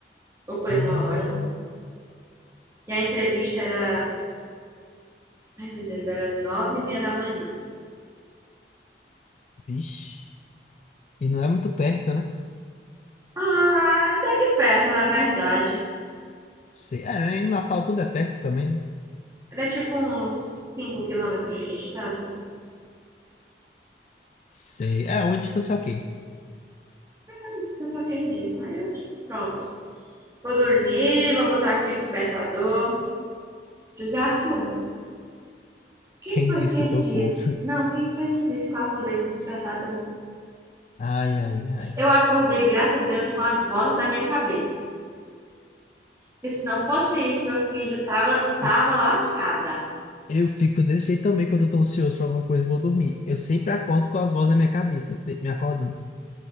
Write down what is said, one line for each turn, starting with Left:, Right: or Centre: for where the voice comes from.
Right: Ou foi
Left: Hum,
Right: uma hora. E a entrevista era, ai meu Deus, era nove e meia da manhã.
Left: vixe. E não é muito perto, né?
Right: Ah, até que perto, na verdade.
Left: Sei. É, né? em Natal tudo é perto também, né?
Right: Era tipo uns cinco quilômetros de distância.
Left: Sei. É, uma distância ok.
Right: É uma distância ok mesmo. Aí eu, tipo, pronto. Vou dormir, vou botar aqui o despertador. José Arthur, quem
Left: Quem
Right: foi
Left: disse
Right: que
Left: que tocou?
Right: disse? Não, quem foi que disse que eu acordei com o despertador?
Left: Ai, ai, ai.
Right: Eu acordei, graças a Deus, com as vozes da minha cabeça. Porque se não fosse isso, meu filho tava, tava
Left: Não,
Right: lascada.
Left: Eu fico desse jeito também quando eu tô ansioso pra alguma coisa e vou dormir. Eu sempre acordo com as vozes na minha cabeça, me te- me acordando.